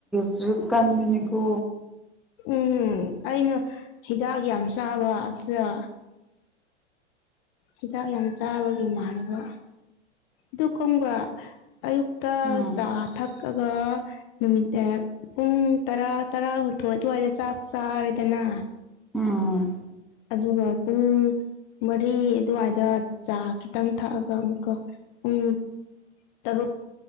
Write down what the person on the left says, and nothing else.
ꯎꯝ ꯑꯩꯅ ꯍꯤꯗꯥꯛ ꯌꯥꯝ ꯆꯥꯕ ꯑꯗꯨꯗ ꯍꯤꯗꯥꯛ ꯌꯥꯝ ꯆꯥꯕꯒꯤ ꯃꯥꯟꯅꯕ ꯑꯗꯨꯒ ꯈꯣꯡꯕ꯭ꯔꯥ ꯑꯌꯨꯛꯇ
ꯆꯥ ꯊꯛꯂꯒ ꯅꯨꯃꯤꯠ ꯄꯨꯡ ꯇꯔꯥ ꯇꯔꯥꯍꯊꯣꯏ ꯑꯗꯨꯋꯥꯏꯗ ꯆꯥꯛ ꯆꯥꯔꯦꯗꯅ
ꯑꯗꯨ ꯄꯨꯡ ꯃꯔꯤ ꯑꯗꯨꯋꯥꯏꯗ ꯆꯥ ꯈꯤꯇꯪ ꯊꯛꯑꯒ ꯑꯃꯨꯛꯀ ꯄꯨꯡ ꯇꯔꯨꯛ